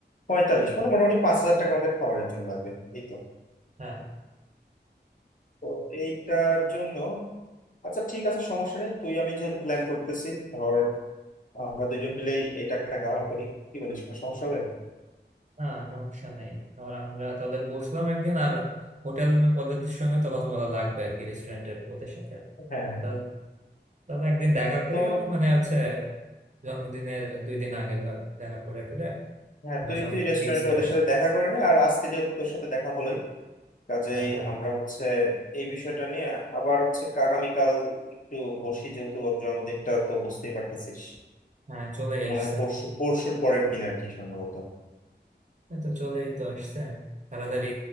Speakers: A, on the left; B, on the right.
A: পঁয়তাল্লিশ মানে মোটামুটি পাঁচ হাজার টাকা আমাদের খাবারের জন্য লাগবে এই তো
B: হ্যাঁ,
A: তো এইটার জন্য আচ্ছা ঠিক আছে সমস্যা নেই তুই আমি যেহেতু প্ল্যান করতেছি ধর আমরা দুজন মিলেই এই টাকাটা কাভার করি কি বলিস কোনো সমস্যা হবে
B: না সমস্যা নেই ধর আমরা তাহলে বসলাম একদিন আর হোটেল ওদের সঙ্গে তো কথা বলা লাগবে আর কি রেস্টুরেন্টের ওদের সাথে
A: হ্যাঁ হ্যাঁ
B: তা তাহলে একদিন দেখা করি
A: তো
B: আমি মানে হচ্ছে জন্মদিনের দুই দিন আগে ধর দেখা করে টরে
A: হ্যাঁ
B: মানে
A: তুই
B: সব
A: তুই রেস্টুরেন্টে
B: ফিক্স করে
A: ওদের
B: আসি
A: সাথে দেখা করে নে আর আজকে যেহেতু তোর সাথে দেখা হলোই কাজেই
B: হ্যাঁ হ্যাঁ
A: আমরা হচ্ছে এই বিষয়টা নিয়ে আবার হচ্ছে আগামীকাল একটু বসি যেহেতু ওর জন্মদিনটা তো বুঝতেই পারতেছিস
B: হ্যাঁ চলেই
A: মনে
B: আসছে
A: হয় পরশু পরশুর পরের দিন আর কি সম্ভবত
B: এই তো চলেই তো আসছে তাড়াতাড়ি